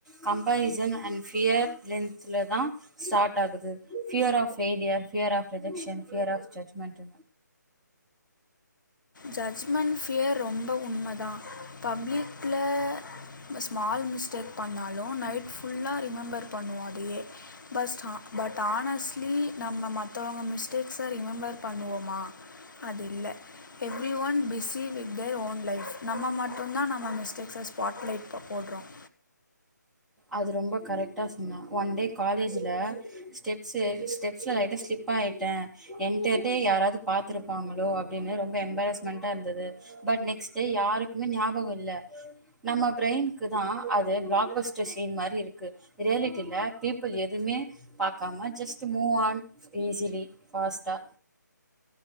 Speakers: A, in the centre; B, on the left (about 80°).
A: comparison and fear ரெண்ட்ல தான் ஸ்டார்ட் ஆகுது fear of failure fear of rejection fear of judgement
B: judgement fear ரொம்ப உண்ம தான் பப்ளிக்ல ல இப்ப ஸ்மால் மிஸ்டேக் பண்ணாலும் நைட் ஃபுல்லா ரிமெம்பர் பண்ணுவோம் அதயே பஸ் பட் தானஸ்டலி நம்ம மத்தவங்க மிஸ்டேக்ஸ ரிமம்பர் பண்ணுவோமா அது இல்ல everyone busy with their own life நம்ம மட்டும்தான் நம்ம மிஸ்டேக்ஸ ஸ்பாட்ல இப்ப போட்றோம்
A: அது ரொம்ப கரெக்டா சொன்ன ஒன் டே காலேஜ்ல ஸ்டெப்ஸ் ஏறி ஸ்டெப்ஸ்ல லைட்டா ஸ்லிப்பாய்டேன் என்டர்டே யாராவது பாத்துருப்பாங்களோ அப்டின்னு ரொம் ப எம்பரஸ்மெண்டா இருந்தது பட் நெக்ஸ்ட் டே யாருக்குமே ஞாபகம் இல்ல நம்ம பிரய்னுக்கு தான் அது பிளாக்பஸ்ட் சீன் மாரி இருக்கு ரியாலிட்டில பீப்புள் எதுமே பாக்காம ஜஸ்ட் மூவ் ஆன் ஈஸிலி ஃபாஸ்டா